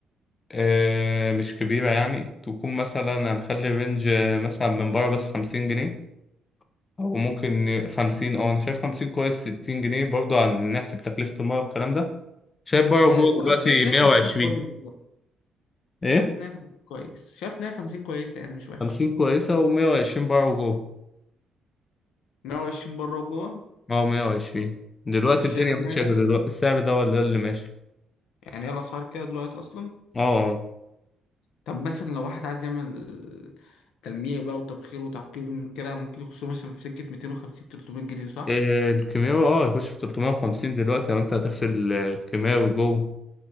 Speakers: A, on the left; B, on the left.
A: آه، مش كبيرة يعني تكون مثلا هنخلي رينج آه، مثلا من بره بس خمسين جنيه او ممكن خمسين اه انا شايف خمسين كويس ستين جنيه برضه هنحسب تكلفة المية والكلام ده شايف بره وجوه
B: وأنا
A: دلوقتي
B: شايف
A: مية
B: إن هي 50
A: وعشرين
B: كويس
A: ايه
B: شاف ان هي 50 كويس شاف ان هي 50 كويسه يعني مش وحشه
A: خمسين كويسة ومية وعشرين بره وجوه
B: 120 بره وجوه
A: اه مية وعشرين دلوقتي
B: مش
A: الدنيا
B: شايف ان
A: ماشية
B: هي غاليه
A: كده دلوقتي السعر ده ولا اللي ماشي
B: يعني هي الاسعار كده دلوقتي اصلا
A: اه اه
B: طب مثلا لو واحد عايز يعمل تلميع بقى وتبخير وتعقيم كده ممكن يخش مثلا في سكه 250 300 جنيه صح
A: إيه، الكيماوي اه يخش في تلتمية وخمسين دلوقتي لو انت هتغسل آه، كيماوي جوه